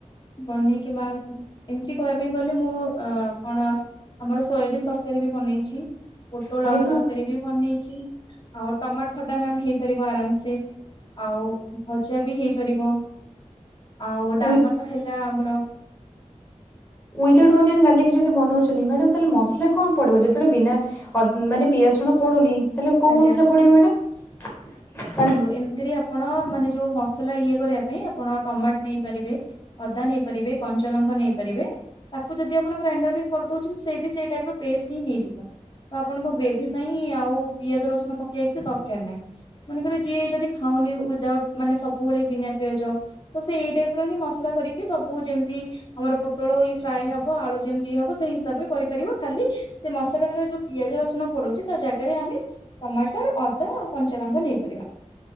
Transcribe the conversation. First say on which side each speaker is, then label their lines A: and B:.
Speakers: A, on the left; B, on the left.
A: ବନେଇକି ମ୍ୟାାମ୍ ଏମିତି କହିବା ପାଇଁ ଗଲେ ମୁଁ ଅ- କଣ ଆମର ସୋୟାବିନ୍ ତରକାରୀ ବି ବନେଇଚି ପୋଟଳ
B: ଖାଇବା
A: ଆଳୁ ତରକାରୀ ବି ବନେଇଚି ଆଉ ଟମାଟ୍ ଖଟା ମ୍ୟାମ୍ ହେଇପାରିବ ଆରାମ୍ ସେ। ଆଉ ଭଜା ବି ହେଇପାରିବ ଆଉ ଡାଲ୍ମା
B: ୱି
A: ତ ହେଲା ଆମର।
B: ୱିଦାଉଟ୍ ଓନିଅନ୍, ଗାର୍ଲିକ ଯଦି ବନଉଚନ୍ତି ମ୍ୟାଡ଼ାମ୍ ତାହେଲେ ମସଲା କଣ ପଡ଼ିବ ଯେତେବେଳେ ବିନା ଅ ମାନେ ପିଆଜ, ରସୁଣ ପଡୁନି ତାହେଲେ କୋଉ
A: ଆଜ୍ଞା।
B: ମସଲା ପଡିବ ମ୍ୟାଡାମ୍? <unintelligible>
A: ଏମିତି ରେ ଆପ୍ ଆପଣ ମାନେ ଯୋଉ ମସଲା ଇଏ କରିବା ପାଇଁ ଆପଣ ଟମାଟ୍ ନେଇପାରିବେ ଅଦା ନେଇପାରିବେ କଞ୍ଚାଲଙ୍କା ନେଇପାରିବେ ତାକୁ ଯଦି ଆପଣ ଗ୍ରାଇଣ୍ଡର ରେ କରିଦଉଚନ୍ତି ସେ ବି ସେଇ ଟାଇପ୍ ର ପେଷ୍ଟ୍ ହିଁ ହେଇଯିବ। ତ ଆପଣଙ୍କ ଗ୍ରେଭି ପାଇଁ ଆଉ ପିଆଜ ରସୁଣ ପକେଇବା କିଛି ଦରକାର୍ ନାହିଁ। ମନେକର ଯିଏ ଯଦି ଖାଉନି ୱିଦାଉଟ୍ ମାନେ ସବୁବେଳେ ବିନା ପିଆଜ ତ ସେ ଏଇ ଟାଇପ୍ ର ହିଁ ମସଲା କରିକି ସବୁ ଯେମିତି ଆମର ପୋଟଳ ଇ ଫ୍ରାଏ ହବ ଆଳୁ ଯେମିତି ହବ ସେଇ ହିସାବରେ କରିପାରିବ ଖାଲି ସେ ମସଲାଟାରେ ଯୋଉ ପିଆଜ ରସୁଣ ପଡୁଚି ତା ଜାଗାରେ ଆମେ ଟମାଟ ଅଦା ଆଉ କଞ୍ଚା ଲଙ୍କା ନେଇପାରିବା।